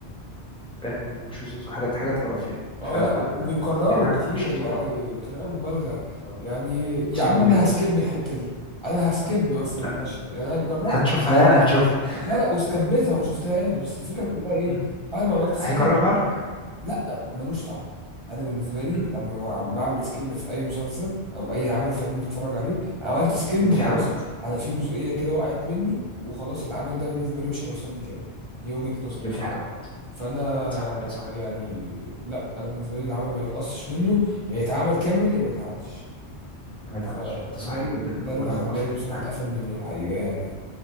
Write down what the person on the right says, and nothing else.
اه
لا وبيكرروا
كتير
يعني
بطريقه مبالغه
يعني يا
عم انا هسكيب الحته دي انا هسكيب مثلا المشهد
يعني انا جربت
لا لا وسكبتها وما شفتهاش بس الفكره كلها ايه
بعد ما عملت سكيب
لا ملوش طعم انا بالنسبه لي
لما بعمل سكيب في اي مسلسل او اي عمل فني بتفرج عليه عملت سكيب
خلاص
انا في جزئيه كده وقعت مني وخلاص العمل ده بالنسبه لي مش هيوصل لي كامل دي وجهه نظري
بصراحه
فانا
يعني لا انا بالنسبه لي العمل ما يتقصش منه يا يتعمل كامل يا ما يتعملش
فده
ال-
ده
اللي خلاني
بصراحه
اتقفل منه الحقيقه يعني